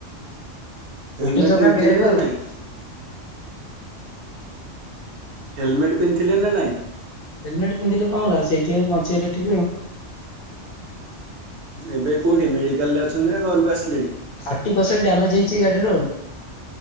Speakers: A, on the left; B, on the right.
A: ଗୋଟେ
B: ହେଲମେଟ୍
A: ଚକା
B: ପିନ୍ଧିଥିଲେ
A: ଡେଡ୍ ଆଉ
B: ନା ନାଇଁ। ହେଲମେଟ ପିନ୍ଧଥିଲେ ନାଇଁ।
A: ହେଲମେଟ୍ ପିନ୍ଧିଲେ କଣ ହେଲା ସେଇଠି ବଞ୍ଚେଇଗଲେ ଟିକ ଆଉ।
B: ଏବେ କୋଉଠି ମେଡିକାଲ ରେ ଅଛନ୍ତି ନା ଘରକୁ ଆସିଲେ।
A: ଥାଟି ପ୍ରଶ୍ରଣ୍ଟ ଡ୍ୟମେଜହେଉଛି ଗାଡ଼ିର।